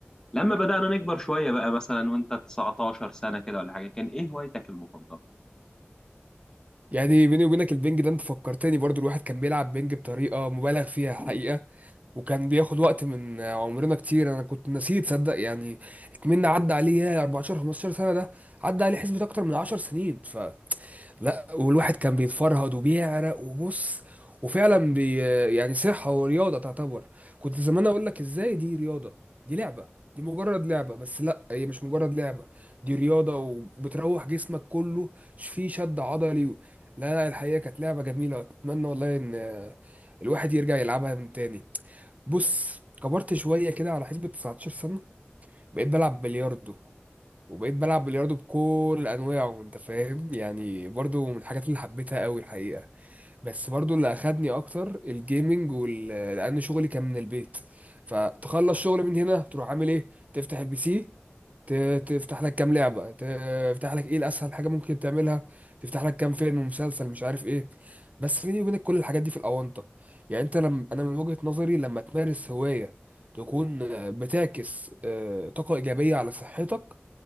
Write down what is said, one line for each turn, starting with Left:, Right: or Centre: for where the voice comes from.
Left: لما بدانا نكبر شويه بقى مثلا وانت 19 سنه كده ولا حاجه كان ايه هوايتك المفضله
Right: يعني بيني وبينك البنج ده انت فكرتني برضو الواحد كان بيلعب بنج بطريقة مبالغ فيها حقيقة
Left: <clears throat>
Right: وكان بياخد وقت من عمرنا كتير انا كنت نسيت تصدق يعني اتمنى عدى عليه يا 14 15 سنة ده عدى عليه حسبة اكتر من 10 سنين لا والواحد كان بيتفرهد وبيعرق وبص وفعلا بي يعني صحة ورياضة تعتبر كنت زمان اقول لك ازاي دي رياضة دي لعبة دي مجرد لعبة بس لا هي مش مجرد لعبة دي رياضة وبتروح جسمك كله ش- فيه شد عضلي و... لا لا الحقيقة كانت لعبة جميلة اتمنى والله ان آه، الواحد يرجع يلعبها من تاني بص كبرت شوية كده على حسبة 19 سنة بقيت بلعب بلياردو وبقيت بلعب بلياردو بكل انواعه انت فاهم يعني برضو من الحاجات اللي حبيتها قوي الحقيقه بس برضو اللي اخدني اكتر الجيمنج وال آه، لان شغلي كان من البيت فتخلص شغل من هنا تروح عامل ايه تفتح البي سي ت- تفتح لك كام لعبه تفتح لك ايه الاسهل حاجه ممكن تعملها تفتح لك كام فيلم ومسلسل مش عارف ايه بس بيني وبينك كل الحاجات دي في الاونطه يعني انت لم... انا من وجهه نظري لما تمارس هوايه تكون بتعكس آه، طاقه ايجابيه على صحتك